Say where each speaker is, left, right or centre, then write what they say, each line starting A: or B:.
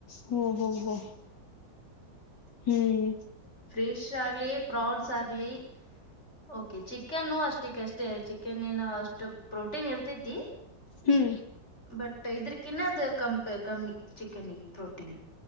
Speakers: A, on the left (about 70°); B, on the left (about 35°).
A: ಹಓ ಹೋ ಹೋ ಹ್ಮ್
B: ಫ್ರಿಶ್ ಆಗ್ಲಿ ಪ್ರೌನ್ಸ್ ಆಗ್ಲಿ ಓಕೆ ಚಿಕನ್ನು ಅಷ್ಟ ಕ್ ಅಷ್ಟೇ ಚಿಕನ್ ಏನ ಅಷ್ಟು ಪ್ರೋಟೀನ್ ಇರ್ತೈತಿ
A: ಹ್ಮ್
B: ಬಟ್ ಇದ್ರಕಿನ್ನ ಅದು ಕಪ ಕಮ್ಮಿ ಚಿಕನ್ ಗೆ ಪ್ರೋಟೀನ್